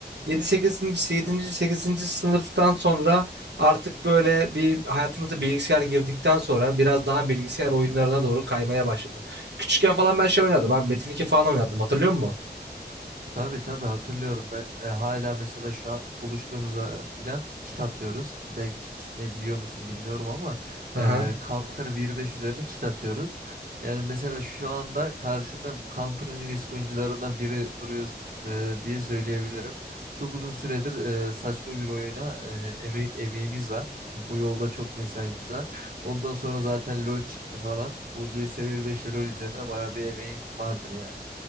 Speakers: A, on the right (about 80°); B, on the right (about 50°).
A: Yedi sekizinci, 7. sekizinci sınıftan sonra artık böyle bir hayatımıza bilgisayar girdikten sonra biraz daha bilgisayar oyunlarına doğru kaymaya başladık. Küçükken falan ben şey oynardım. Ben Metin 2 falan oynardım. Hatırlıyor musun?
B: Tabii tabii hatırlıyorum ben e, hala mesela şu an buluştuğumuzda filan kit atıyoruz. Belki kit ne biliyor musun bilmiyorum ama
A: Aha.
B: e, Counter 1.5 üzerine kit atıyoruz. Yani mesela şu anda karşında bu Counter'ın en eski oyuncularından biri duruyor e, diye söyleyebilirim. Çok uzun süredir e, saçma bir oyuna e, eme- emeğimiz var. Bu yolda çok mesaimiz var. Ondan sonra zaten LoL çıktı falan. Bu CS 1.5 ile LoL üzerine bayağı bir emeğim vardır yani.